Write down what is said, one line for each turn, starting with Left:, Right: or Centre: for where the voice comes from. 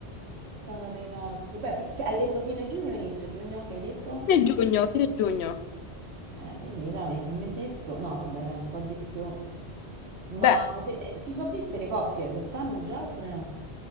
Right: sono dei nostri. Beh, fi- fi- hai detto fine giugno, inizio giugno, che hai detto?
Left: Fine giugno, fine giugno.
Right: Eh, quindi dai, un mesetto. No, vabbè, dai, un po' di più. Ma
Left: Beh,
Right: se- si sono viste le coppie quest'anno già oppure no?